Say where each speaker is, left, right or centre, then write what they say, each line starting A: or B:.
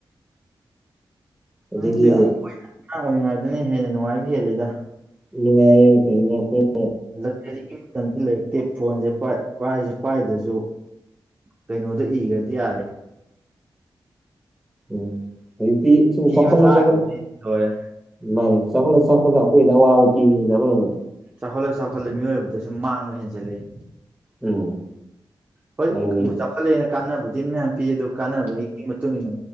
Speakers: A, in the centre; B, on the right.
A: ꯑꯗꯒꯤ
B: ꯈꯪꯗꯦ ꯑꯩꯈꯣꯏꯅ ꯑꯉꯥꯡ ꯑꯣꯏꯔꯤꯉꯥꯏꯗꯨꯅ ꯍꯦꯟꯅ ꯅꯨꯡꯉꯥꯏꯕ ꯍꯦꯜꯂꯤꯗ
A: ꯑꯗꯨꯅꯦ ꯑꯩ <unintelligible> ꯑꯈꯣꯏ
B: ꯂꯛꯖꯔꯤꯒꯤ ꯃꯇꯝꯗꯤ ꯂꯩꯔꯛꯇꯦ ꯐꯣꯟꯁꯦ ꯄꯥꯏ ꯄꯥꯏꯔꯖꯨ ꯄꯥꯏꯗ꯭ꯔꯁꯨ ꯀꯩꯅꯣꯗ ꯏꯒ꯭ꯔꯗꯤ ꯌꯥꯔꯦ
A: ꯎꯝ ꯍꯧꯖꯤꯛꯇꯤ ꯁꯨꯝ
B: ꯐꯤ
A: ꯆꯥꯎꯈꯠꯂ
B: ꯑꯃ ꯊꯥꯈ꯭ꯔꯗꯤ
A: ꯆꯥꯎꯈꯠꯂ
B: ꯂꯣꯏꯔꯦ
A: ꯃꯥꯅꯦ ꯆꯥꯎꯈꯠꯂ ꯆꯥꯎꯈꯠꯂ ꯑꯩꯈꯣꯏꯗ ꯑꯋꯥꯕ ꯄꯤꯕꯅꯤꯗ ꯑꯃꯔꯣꯝꯗ
B: ꯆꯥꯎꯈꯠꯂ ꯆꯥꯎꯈꯠꯂ ꯃꯤꯑꯣꯏꯕꯗ ꯁꯨꯨꯝ ꯃꯥꯡꯕ ꯍꯦꯟꯖꯜꯂꯛꯏ
A: ꯎꯝ
B: ꯍꯣꯏ
A: ꯍꯥꯏꯗꯤ
B: ꯃꯨꯛ ꯆꯥꯎꯈꯠꯂꯛꯑꯦꯅ ꯀꯥꯟꯅꯕꯗꯤ ꯃꯌꯥꯝ ꯄꯤ ꯑꯗꯨ ꯀꯥꯟꯅꯕꯒꯤ ꯃꯇꯨꯡ ꯏꯟꯅ